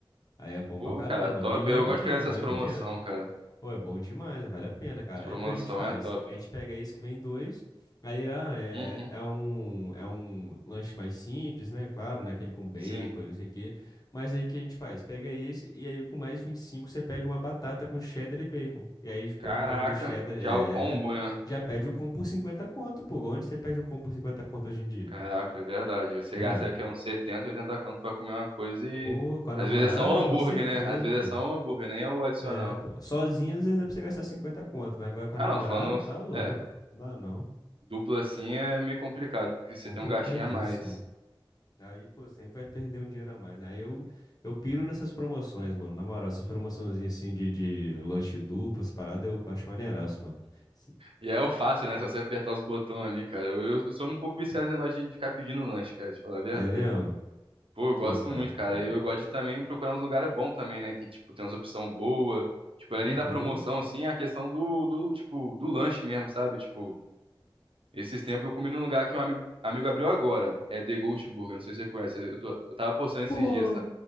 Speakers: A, on the left; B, on the right.
A: Aí é bom
B: Pô,
A: pra caramba,
B: cara,
A: mano.
B: top.
A: E ele não
B: Eu
A: é pequeno,
B: gosto de pegar essas
A: não é
B: promoção,
A: pequeno.
B: cara.
A: Pô, é bom demais, vale a pena, cara.
B: As promoção
A: Aí o que a gente faz?
B: é top.
A: A gente pega isso que vem dois, aí ah, é,
B: Uhum,
A: é um, é um lanche mais simples, né? Claro, né? Aquele com bacon
B: sim.
A: e não sei o quê. Mas aí o que a gente faz? Pega esse e aí com mais 25 você pede uma batata com cheddar e bacon. E aí pega
B: Caraca,
A: um pouco do cheddar,
B: já
A: é.
B: o combo, né?
A: Já pede o combo por 50 conto, pô. Onde você pede um combo por 50 conto hoje em dia?
B: Caraca, é verdade. Você
A: Né?
B: gasta o quê? Uns 70 80 conto pra comer uma coisa e.
A: Pô, com a namorada,
B: Às vezes é só o hambúrguer,
A: com certeza,
B: né? Às vezes
A: pô.
B: é só o hambúrguer, nem é o adicional.
A: É, pô. Sozinho, às vezes dá pra você gastar 50 conto, mas agora com a
B: Ah,
A: namorada,
B: não, tô falando.
A: tá louco.
B: É,
A: Não dá não.
B: dupla assim é meio complicado, porque você
A: Complicadíssimo.
B: tem um gastinho a mais.
A: Aí, pô, sempre vai perder um dinheiro a mais. né? Aí eu, eu piro nessas promoções, mano. Na moral, essas promoçãozinhas assim de, de lanche duplo, essas paradas, eu acho maneiraço, mano. Se-
B: E é o fácil, né? É Só você apertar os botões ali, cara. Eu, eu sou um pouco viciado nesse negócio de, de ficar pedindo lanche, cara, te falar a verdade.
A: É mesmo?
B: Pô, eu gosto
A: Pô, cara,
B: muito, cara.
A: fogo.
B: E Eu gosto de também procurar uns lugares bons também, né? Que, tipo, tem umas opções boas. Tipo, além
A: Uhum.
B: da promoção, assim, a questão do, do, tipo, do lanche mesmo, sabe? Tipo, esses tempos eu comi num lugar que um amigo, amigo abriu agora. É The Ghost Burger, não sei se você conhece. Eu, tô, eu tava postando esses
A: Pô,
B: dias, tá?